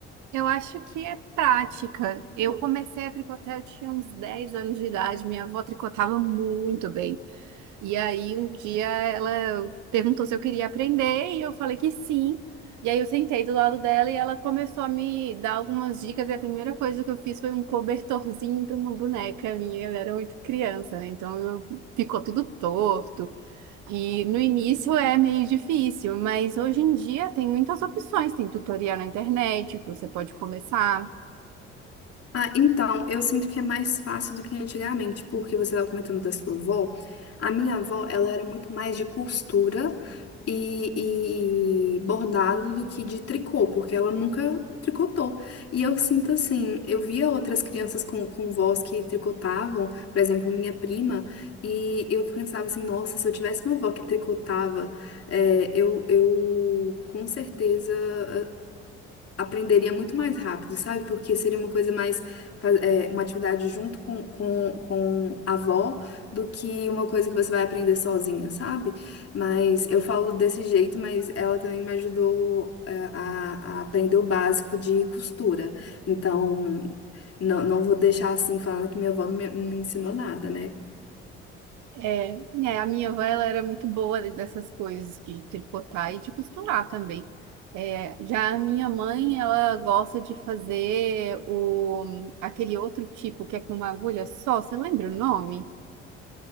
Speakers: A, on the right; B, on the left.
A: Eu acho que é prática. Eu comecei a tricotar, eu tinha uns 10 anos de idade. Minha avó tricotava muito bem. E aí um dia ela perguntou se eu queria aprender e eu falei que sim. E aí eu sentei do lado dela e ela começou a me dar algumas dicas e a primeira coisa que eu fiz foi um cobertorzinho para uma boneca minha. Ela era muito criança, né? Então eu- ficou tudo torto. E no início é meio difícil, mas hoje em dia tem muitas opções, tem tutorial na internet, que você pode começar.
B: Ah, então, eu sinto que é mais fácil do que antigamente, porque você estava comentando da sua avó. A minha avó, ela era muito mais de costura e, e bordado do que de tricô, porque ela nunca tricotou. E eu sinto assim, eu via outras crianças com, com vós que tricotavam, por exemplo, minha prima, e eu pensava assim, nossa, se eu tivesse uma avó que tricotava, eh, eu, eu com certeza aprenderia muito mais rápido, sabe? Porque seria uma coisa mais, fa- é, uma atividade junto com, com, com a avó do que uma coisa que você vai aprender sozinha, sabe? Mas eu falo desse jeito, mas ela também me ajudou, é, a, a aprender o básico de costura. Então, não, não vou deixar assim falando que minha avó não me, não me ensinou nada, né?
A: É, né, a minha avó ela era muito boa dessas coisas de tricotar e de costurar também. É, já a minha mãe, ela gosta de fazer o, aquele outro tipo que é com uma agulha só, você lembra o nome?